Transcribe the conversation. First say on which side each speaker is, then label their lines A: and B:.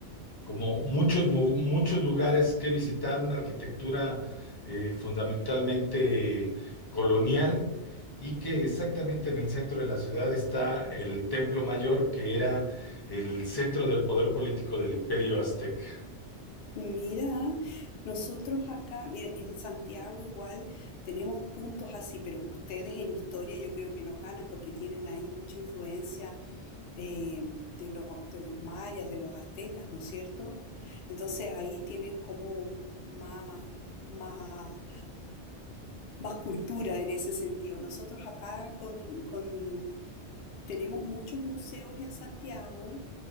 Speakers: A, on the left (about 25°); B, on the left (about 65°).
A: como muchos, mu- muchos lugares que visitar, una arquitectura eh, fundamentalmente colonial, y que exactamente en el centro de la ciudad está el Templo Mayor, que era el centro del poder político del Imperio Azteca.
B: Mira, nosotros acá, mira, en Santiago igual tenemos puntos así, pero ustedes en historia yo creo que nos ganan porque tienen ahí mucha influencia eh, de los, de los mayas, de los aztecas, ¿no es cierto? Entonces ahí tienen como más, más, más cultura en ese sentido. Nosotros acá con, con Tenemos muchos museos en Santiago,